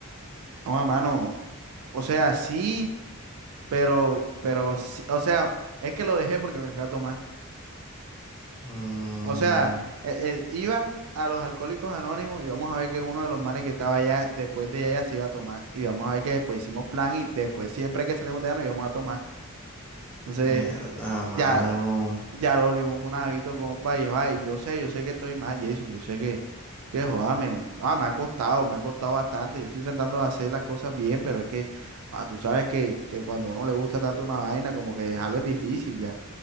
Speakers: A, on the right; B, in the centre.
A: Joa, mano, o sea, sí, pero, pero, sí- o sea, es que lo dejé porque me fui a tomar.
B: Mm,
A: O sea, eh, eh, iba a los Alcohólicos Anónimos y vamos a ver que uno de los manes que estaba allá, después de allá se iba a tomar. Y vamos a ver que después hicimos plan y después siempre que salimos de allá nos íbamos a tomar. Entonces,
B: mierda, mano.
A: ya, ya lo volvimos un hábito, compa, y dijo, ay, yo sé, yo sé que estoy mal, Jason, yo sé que, que joda, me, ah, me ha costado, me ha costado bastante. Yo estoy tratando de hacer las cosas bien, pero es que, ah, tú sabes que, que cuando a uno le gusta tanto una vaina, como que dejarlo es difícil ya.